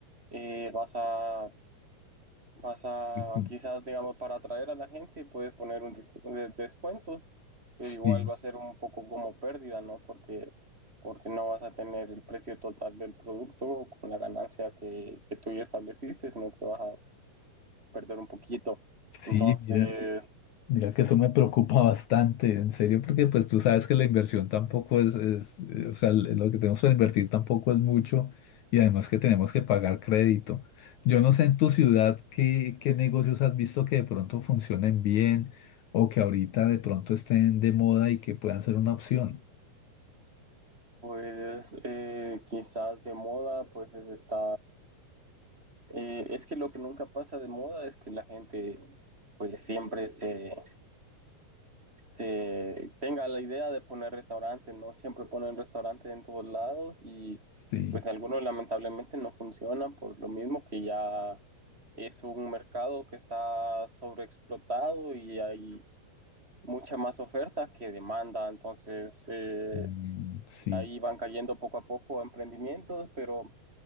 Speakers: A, on the right; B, on the left.
A: eh, vas a, vas a,
B: sí,
A: quizás, digamos, para atraer a la gente, puedes poner un des- de- descuentos, pero
B: sí.
A: igual va a ser un poco como pérdida, ¿no? Porque, porque no vas a tener el precio total del producto con la ganancia que, que tú ya estableciste, sino que vas a perder un poquito.
B: Sí,
A: Entonces,
B: mira, mira que eso me preocupa <laughs> bastante, en serio, porque pues tú sabes que la inversión tampoco es, es, eh, o sea, l- lo que tenemos para invertir tampoco es mucho y además que tenemos que pagar crédito. Yo no sé en tu ciudad qué, qué negocios has visto que de pronto funcionen bien o que ahorita de pronto estén de moda y que puedan ser una opción.
A: pues eh, quizás de moda, pues es- está... eh, es que lo que nunca pasa de moda es que la gente pues siempre se, se tenga la idea de poner restaurante, ¿no? Siempre ponen restaurante en todos lados y
B: Sí,
A: pues algunos lamentablemente no funcionan por lo mismo que ya es un mercado que está sobreexplotado y hay mucha más oferta que demanda, entonces... eh,
B: mm, sí,
A: Ahí van cayendo poco a poco emprendimientos, pero